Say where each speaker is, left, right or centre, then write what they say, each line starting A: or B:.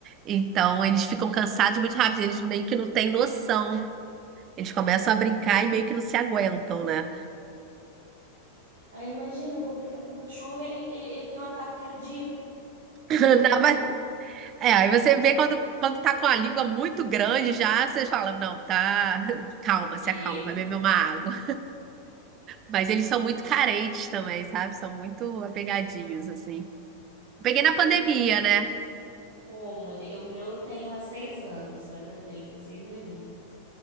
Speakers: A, on the right (about 30°); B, on the right (about 70°).
A: Então eles ficam cansados muito rápido, eles meio que não têm noção. Eles começam a brincar e meio que não se aguentam, né?
B: Aí imagina, eu vou brincar com o cachorro, ele, ele- ele tem um ataque cardíaco.
A: Não,
B: Não,
A: mas- é, aí você vê quando, quando tá com a língua muito grande já, vocês falam, não, tá, <laughs> calma, se
B: chega.
A: acalma, vai beber uma água. Mas eles são muito carentes também, sabe? São muito apegadinhos, assim. Peguei na pandemia,
B: E
A: né?
B: o Modi- o meu tem há seis anos, vai fazer- ele tem seis aninhos.